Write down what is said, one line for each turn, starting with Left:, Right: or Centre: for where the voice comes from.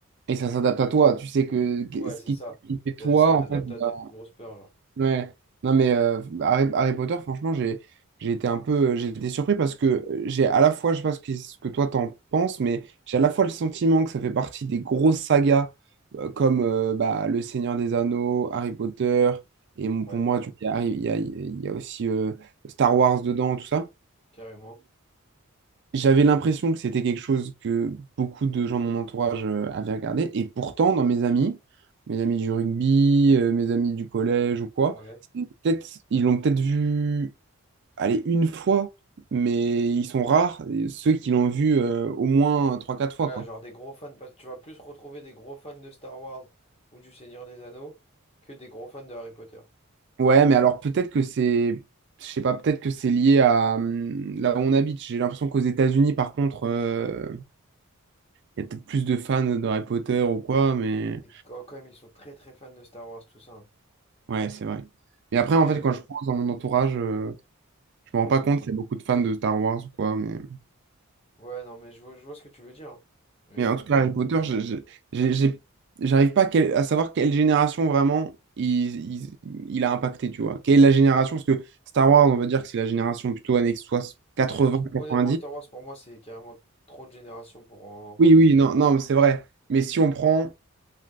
Right: Et ça s'adapte à toi. Tu sais que que-
Left: Ouais,
Right: ce
Left: c'est
Right: qui
Left: ça.
Right: ce qui fait
Left: Ça,
Right: toi,
Left: ça t'adapte
Right: en fait,
Left: à tes
Right: bah,
Left: plus grosses peurs, genre.
Right: Ouais. Non, mais euh, Harry, Harry Potter, franchement, j'ai j'ai été un peu j'ai été surpris parce que euh, j'ai à la fois, je sais pas ce que, ce que toi t'en penses, mais j'ai à la fois le sentiment que ça fait partie des grosses sagas euh, comme euh, bah, Le Seigneur des Anneaux, Harry Potter, et mon-
Left: Ouais,
Right: pour moi, tu- il y a, il y a- il y a aussi euh, Star Wars dedans, tout ça.
Left: carrément.
Right: J'avais l'impression que c'était quelque chose que beaucoup de gens de mon entourage euh, avaient regardé. Et pourtant, dans mes amis, mes amis du rugby, euh, mes amis du collège ou quoi,
Left: Ouais.
Right: c'est peut-être, ils l'ont peut-être vu, allez, une fois, mais ils sont rares, euh, ceux qui l'ont vu euh, au moins trois quatre fois,
Left: Ouais,
Right: quoi.
Left: genre des gros fans, parce que tu vas plus retrouver des gros fans de Star Wars ou du Seigneur des Anneaux que des gros fans de Harry Potter.
Right: Ouais, mais alors peut-être que c'est, je sais pas, peut-être que c'est lié à hum, là où on habite. J'ai l'impression qu'aux États-Unis, par contre, euh, il y a peut-être plus de fans d'Harry Potter ou quoi, mais...
Left: Ça, t'es- Quand quand même, ils sont très très fans de Star Wars, tout ça. hein.
Right: Ouais, c'est vrai. Et après, en
Left: Et,
Right: fait, quand je pense dans mon entourage, euh, je me rends
Left: ouais.
Right: pas compte qu'il y a beaucoup de fans de Star Wars ou quoi. Mais,
Left: Ouais, non, mais je vois, je vois ce que tu veux dire. hein. Et,
Right: mais
Left: euh,
Right: en tout cas, Harry Potter, je- je- j'ai- j'ai- j'arrive pas à, quel- à savoir quelle génération vraiment il, il- il a impacté, tu vois. Quelle est la génération? Parce que Star Wars, on va dire que c'est la génération plutôt années soix- quatre-vingts
Left: ah, je- je-
Right: quatre-vingt-dix.
Left: honnêtement, Star Wars, pour moi, c'est carrément trop de générations pour en...
Right: Oui, oui, non, non, mais c'est vrai. Mais si on prend